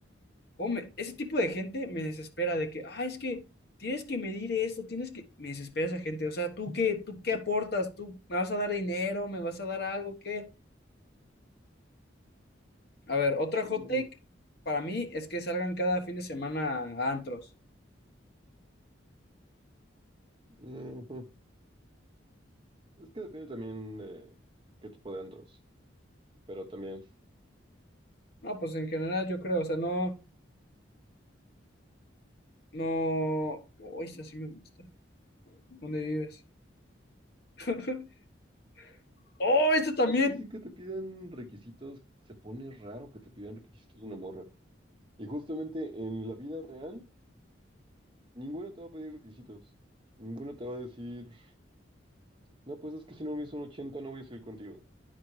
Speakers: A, on the left; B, on the right.
A: Come, ese tipo de gente me desespera de que, ah, es que tienes que medir esto, tienes que. Me desespera esa gente. O sea, ¿tú qué, tú qué aportas? ¿Tú me vas a dar dinero? ¿Me vas a dar algo? ¿Qué? A ver, otra
B: Mm,
A: hot take para mí es que salgan cada fin de semana a antros.
B: ujú. Es que depende también de qué tipo de antros, pero también.
A: No, pues en general yo creo, o sea, no, no. Oh, esta sí me gusta. ¿Dónde vives? <laughs> Oh, esto también.
B: Es que sí que te piden requisitos, se pone raro que te pidan requisitos de una morra. Y justamente en la vida real, ninguno te va a pedir requisitos. Ninguno te va a decir, no, pues es que si no me hizo un 80 no voy a salir contigo.